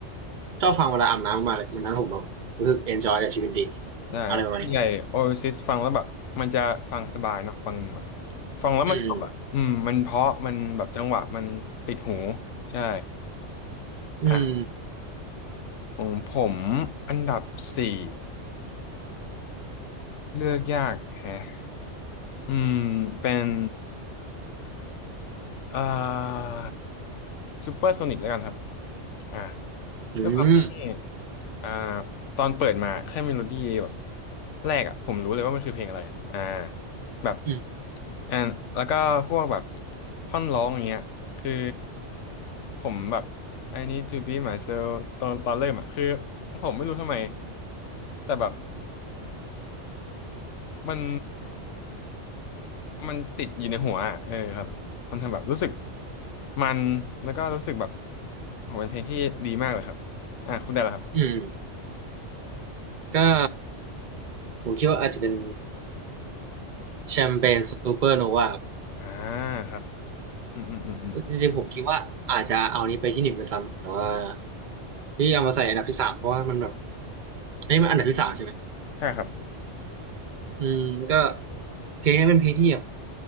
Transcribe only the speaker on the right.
ชอบฟังเวลาอาบน้ำมากเลยมันทำให้ผมแบบรู้สึก enjoy กับชีวิตดี
อะไรประมาณนี้ครับ
อืม
ผม
อืม
อืม
อืม
ครับผม
อืมก็ผมคิดว่าอาจจะเป็นแชมเปญซูเปอร์โนวา
จริงๆผมคิดว่าอาจจะเอานี้ไปที่หนึ่งไปซ้ำแต่ว่าที่เอามาใส่อันดับที่สามเพราะว่ามันแบบอันนี้มันอันดับที่สามใช่ไหม
อืมก็เพลงนี้เป็นเพลงที่แบบ